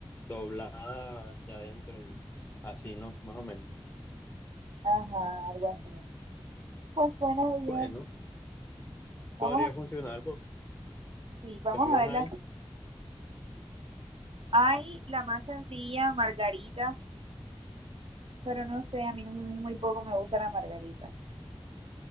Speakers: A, on the left; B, on the right.
A: doblada hacia adentro y así, ¿no? Más o menos.
B: Ajá, algo así. Pues suena bien.
A: Bueno,
B: Vamos,
A: podría funcionar, porque
B: sí, vamos
A: ¿qué más
B: a verla.
A: hay?
B: Hay la más sencilla, margarita, pero no sé, a mí no- muy poco me gusta la margarita.